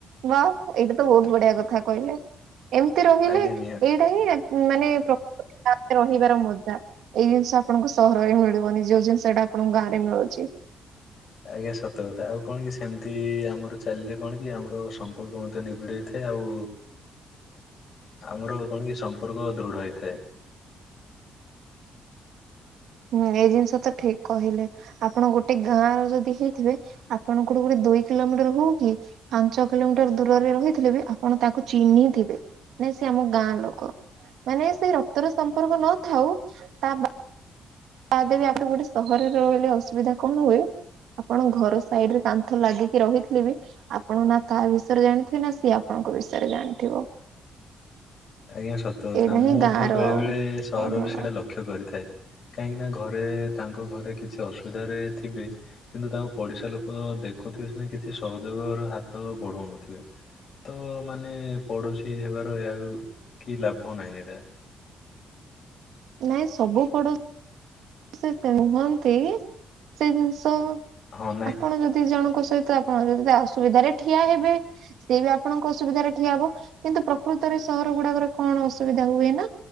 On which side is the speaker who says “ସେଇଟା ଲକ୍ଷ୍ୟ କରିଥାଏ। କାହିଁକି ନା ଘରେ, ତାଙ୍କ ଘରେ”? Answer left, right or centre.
Left